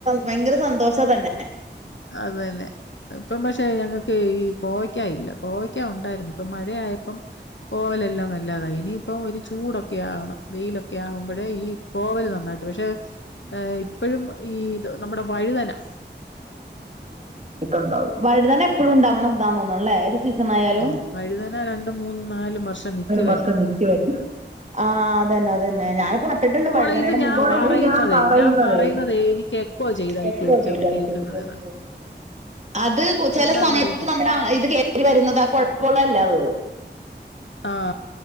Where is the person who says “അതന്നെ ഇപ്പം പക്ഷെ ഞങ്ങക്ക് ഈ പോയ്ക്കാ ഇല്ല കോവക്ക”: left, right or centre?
Left